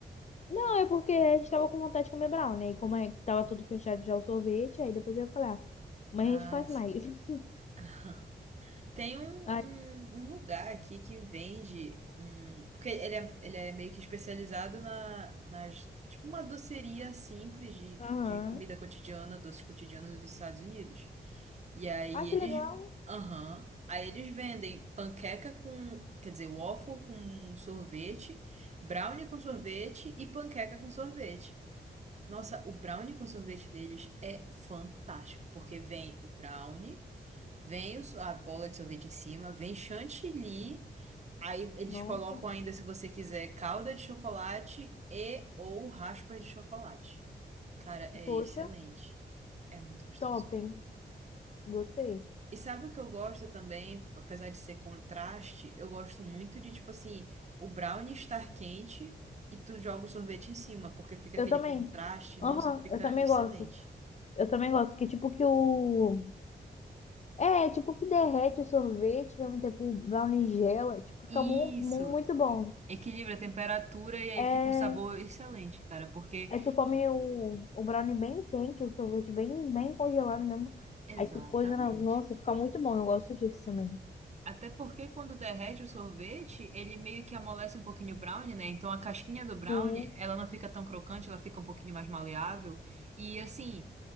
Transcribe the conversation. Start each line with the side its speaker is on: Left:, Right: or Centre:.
Left: Não, é porque a gente tava com vontade de comer brownie. E como é, que tava tudo fechado já o sorvete, aí depois eu ia falar, mas
Right: Ah,
Left: a gente faz
Right: sim.
Left: mais. <laughs>
Right: <laughs> Tem um,
Left: Aí,
Right: um, um lugar aqui que vende. hum, porque ele é, ele é meio que especializado na, nas. Tipo uma doceria simples de,
Left: aham.
Right: de comida cotidiana, doces cotidianos dos Estados Unidos. E aí
Left: Ai,
Right: eles.
Left: que legal.
Right: Aham. aí eles vendem panqueca com. Quer dizer, waffle com sorvete, brownie com sorvete e panqueca com sorvete. Nossa, o brownie com sorvete deles é fantástico, porque vem o brownie. Vem o so- a bola de sorvete em cima, vem chantilly. Aí eles
Left: Nossa.
Right: colocam ainda, se você quiser, calda de chocolate e ou raspa de chocolate. Cara, é
Left: Poxa,
Right: excelente. É muito gostoso.
Left: topem. Gostei.
Right: E sabe o que eu gosto também? Apesar de ser contraste, eu gosto muito de, tipo assim, o brownie estar quente e tu joga o sorvete em cima, porque fica
Left: Eu
Right: aquele
Left: também.
Right: contraste.
Left: Aham,
Right: Nossa, fica
Left: eu também
Right: excelente.
Left: gosto. Eu também gosto. Que tipo que o. É, tipo que derrete o sorvete, ao mesmo tempo o brownie gela. Tipo, fica
Right: Isso,
Left: mu mu- muito bom.
Right: equilibra a temperatura e aí
Left: É,
Right: fica um sabor excelente, cara, porque
Left: aí tu come o, o brownie bem quente, o sorvete bem, bem congelado mesmo.
Right: Exatamente.
Left: Aí tu coisa na. Nossa, fica muito bom. Eu gosto disso também.
Right: Até porque quando derrete o sorvete, ele meio que amolece um pouquinho o brownie, né? Então a casquinha do brownie,
Left: Sim.
Right: ela não fica tão crocante, ela fica um pouquinho mais maleável. E assim,